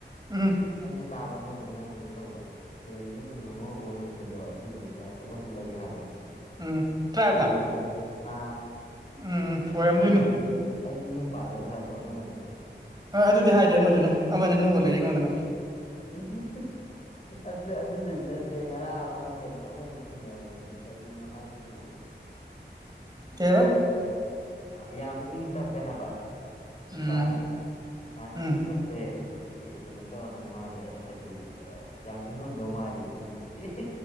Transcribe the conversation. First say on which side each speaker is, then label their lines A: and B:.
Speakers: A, on the right; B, on the left.
A: ꯎꯝ
B: ꯑꯩꯅ ꯇꯥꯕ ꯑꯃꯗꯨꯅ ꯀꯩꯅꯣ ꯇꯧꯕ ꯑꯦ ꯌꯨꯝꯒꯤ ꯃꯃꯧ ꯑꯣꯏꯍꯜꯂꯣ ꯑꯗꯨꯗꯨꯒ ꯑꯣꯏꯍꯜꯂꯒꯦ ꯍꯥꯏꯕ
A: ꯎꯝ ꯇ꯭ꯔꯥꯏꯕꯂꯥ
B: ꯑꯃꯅ ꯑꯩ ꯑ ꯑ
A: ꯎꯝ ꯑꯣꯏꯔꯝꯗꯣꯏꯅꯤ
B: ꯑꯃꯅ ꯑꯩꯒꯤ ꯑꯩꯗꯤ ꯌꯨꯝ ꯄꯥꯜꯂꯔꯣꯏ ꯍꯥꯏꯕ ꯑꯃꯅ ꯑꯃꯨꯛ
A: ꯑꯗꯨꯗꯤ ꯍꯥꯏꯗ‌ꯦ ꯑꯃꯗꯨꯅ ꯑꯃꯗ ꯅꯣꯛꯑ ꯂꯩ ꯑꯩꯉꯣꯟꯗꯅ ꯃꯨꯛ
B: <unintelligible> ꯑꯗꯨ ꯑꯗꯨꯗꯁꯨ ꯅꯠ ꯑꯇꯩ ꯉꯔꯥꯡ ꯑꯃ ꯀꯩꯅꯣ ꯑꯃꯁꯨ ꯊꯦꯡꯅꯕꯅꯤꯅꯦ ꯀꯔꯤꯅꯣ ꯍꯥꯏꯕꯗꯨꯕꯨ
A: ꯀꯩꯕ
B: ꯌꯥꯝ ꯏꯪ ꯇꯞꯄꯦ ꯍꯥꯏꯕ ꯅꯨꯄꯥꯁꯤꯅ
A: ꯎꯝ
B: ꯌꯥꯝ
A: ꯎꯝ
B: ꯏꯪ ꯇꯞꯄ ꯄ‌ꯦ ꯑꯦ ꯀꯩꯅꯣ ꯇꯧꯔꯝꯗꯧ ꯃꯥꯜꯂꯦ ꯍꯥꯏꯗꯤ ꯌꯥꯝ ꯏꯪꯉꯝꯗꯧ ꯃꯥꯜꯂꯦ ꯁꯤꯅꯤ ꯁꯤꯁ